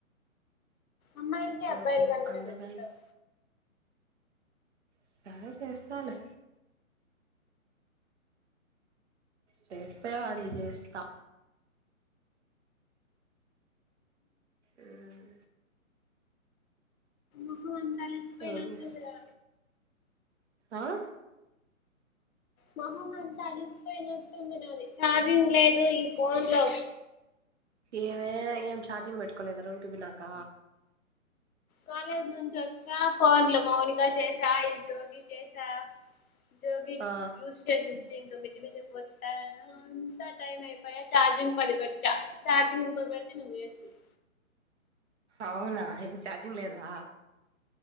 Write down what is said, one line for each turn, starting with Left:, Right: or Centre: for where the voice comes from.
Left: అమ్మాయిలకి
Right: నాకు
Left: అబ్బాయిలకి అందమే
Right: అందగా
Left: చెప్పావు
Right: సరే చేస్తలే చేస్తేవాడికి చేస్తా ఉమ్
Left: ఆహా అంతా అలిసిపోయినట్టు
Right: ఏం చేస్
Left: ఉంది రా
Right: ఆ
Left: మొహం అంతా అలిసిపోయినట్టుంది నాది ఛార్జింగ్ లేదు ఈ ఫోన్ లో
Right: ఏమే ఏం ఛార్జింగ్ పెట్టుకోలేదా రూమ్కి పోయినాక
Left: కాలేజ్ నుంచి వచ్చా ఫోన్లు మౌనిక చేసా జోగి చేసా జోగికి
Right: ఆ
Left: జ్యూస్ చేసిస్ ఇంక మిద్ది మీదకు పోతాను అంత టైం అయిపోయా చార్జింగ్ పదికొచ్చా చార్జింగ్పయపడితే నువ్వు జేస్తివి
Right: అవునా ఇప్పుడు ఛార్జింగ్ లేదా